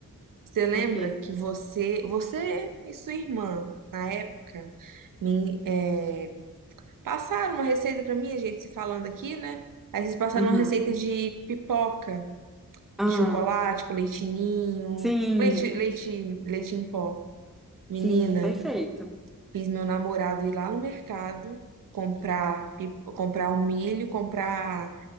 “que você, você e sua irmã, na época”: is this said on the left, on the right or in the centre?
Right